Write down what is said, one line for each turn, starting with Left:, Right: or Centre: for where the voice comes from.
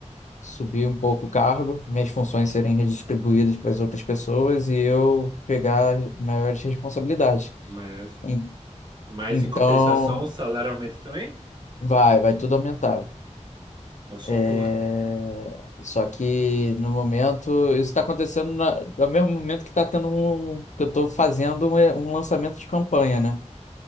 Left: subir um pouco o cargo, minhas funções serem redistribuídas para as outras pessoas e eu pegar maiores responsabilidades.
Right: mas,
Left: En-
Right: mas
Left: Então,
Right: em compensação o salário aumenta também?
Left: vai, vai tudo aumentar.
Right: Então só
Left: É,
Right: boa.
Left: Só que no momento, isso está acontecendo na... no mesmo momento que está tendo um. que eu estou fazendo um, um lançamento de campanha, né?